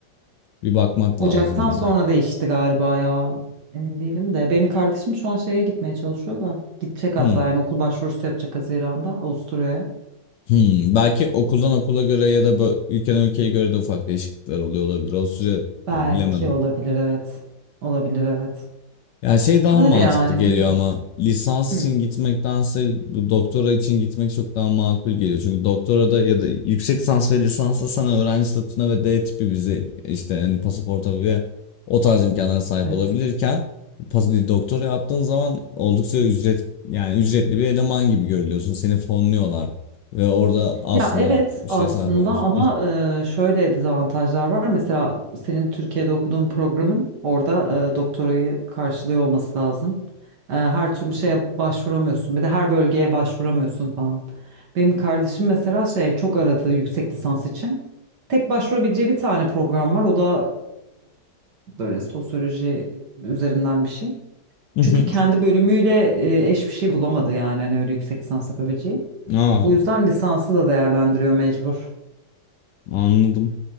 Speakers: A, on the left; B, on the right.
A: Bir bakmak
B: Ocaktan
A: lazım ya.
B: sonra değişti galiba ya. Emin değilim de. Benim kardeşim şu an şeye gitmeye çalışıyor da. Gidecek hatta
A: Hmm.
B: yani okul başvurusu yapacak Haziran'da Avusturya'ya.
A: Hmm. Belki okuldan okula göre ya da bö- ülkeden ülkeye göre de ufak değişiklikler oluyor olabilir. O süre
B: Belki
A: bilemedim.
B: olabilir evet. Olabilir evet.
A: Ya şey daha
B: Öyle
A: mantıklı
B: yani
A: geliyor
B: bilmiyorum.
A: ama lisans
B: Hı.
A: için gitmektense bu doktora için gitmek çok daha makul geliyor. Çünkü doktorada ya da yüksek lisans ve lisansta sana öğrenci statüsüne ve D tipi vize işte hani pasaporta ve o tarz imkanlara sahip
B: Evet.
A: olabilirken pas- doktora yaptığın zaman oldukça ücret yani ücretli bir eleman gibi görülüyorsun. Seni fonluyorlar ve orada aslında
B: Ya evet
A: bir şeye
B: aslında
A: sahip olmuş.
B: ama e, şöyle dezavantajlar var. Mesela senin Türkiye'de okuduğun programın orada e, doktorayı karşılıyor olması lazım. E, her türlü şeye başvuramıyorsun. Bir de her bölgeye başvuramıyorsun falan. Benim kardeşim mesela şey çok aradı yüksek lisans için. Tek başvurabileceği bir tane program var. O da e, böyle sosyoloji üzerinden bir şey.
A: <laughs>
B: Çünkü kendi bölümüyle e, eş bir şey bulamadı yani hani öyle yüksek lisans yapabileceği.
A: Aa,
B: Bu yüzden lisansı da değerlendiriyor mecbur.
A: Anladım.